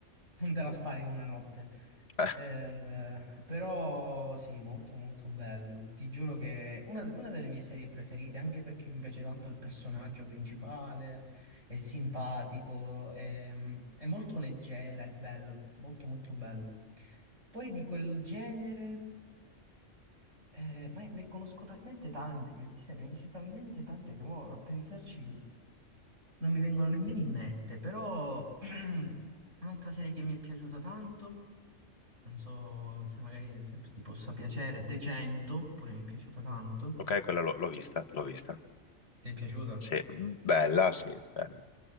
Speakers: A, on the right; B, on the left.
A: non te la
B: Mm.
A: spari
B: <laughs>
A: in una notte.
B: Ah,
A: Eh, però sì, molto molto bello. Ti giuro che è una, una delle mie serie preferite, anche perché mi piace tanto il personaggio principale, è simpatico, è, è molto leggera, è bello, molto molto bello. Poi di quel genere, eh, ma ne conosco talmente tante, io di serie, ne ho viste talmente tante che mo, a pensarci non mi vengono nemmeno in mente, però <clears throat> un'altra serie che mi è piaciuta tanto, non so se magari sempre ti possa piacere, De 100, pure mi è piaciuta tanto.
B: ok, quella l'ho l'ho vista, l'ho vista.
A: Ti è piaciuta?
B: Sì, mm, bella, sì, bella.